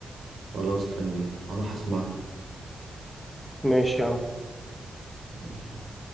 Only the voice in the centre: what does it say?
ماشي يا عم